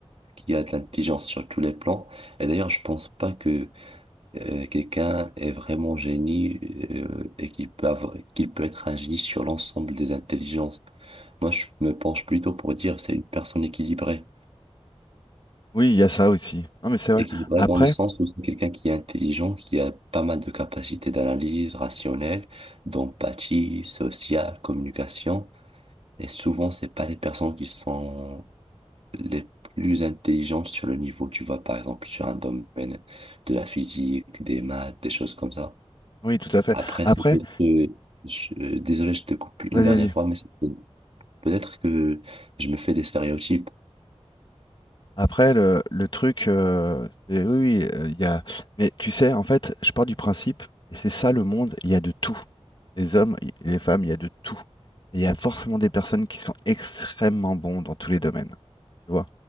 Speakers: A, on the right; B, on the left.
A: qui a de l'intelligence sur tous les plans. Et d'ailleurs, je pense pas que euh, quelqu'un est vraiment génie euh, et qu'il peut avoir- qu'il peut être un génie sur l'ensemble des intelligences. Moi, je me penche plutôt pour dire c'est une personne équilibrée.
B: Oui, il y a ça aussi. Non, mais c'est vrai.
A: Équilibré
B: Après,
A: dans le sens où c'est quelqu'un qui est intelligent, qui a pas mal de capacités d'analyse rationnelle, d'empathie, sociale, communication. Et souvent, c'est pas les personnes qui sont les plus intelligentes sur le niveau, tu vois, par exemple, sur un domaine de la physique, des maths, des choses comme ça.
B: oui, tout à fait.
A: Après,
B: Après,
A: c'est peut-être que, je- euh, désolé, je te coupe
B: vas-y,
A: une dernière
B: vas-y.
A: fois, mais c'est peut-être que je me fais des stéréotypes.
B: Après, le, le truc, euh, c'est oui, oui, euh, il y a. Mais tu sais, en fait, je pars du principe, et c'est ça le monde, il y a de tout. Les hommes, il- les femmes, il y a de tout. Et il y a forcément des personnes qui sont extrêmement bons dans tous les domaines. Tu vois.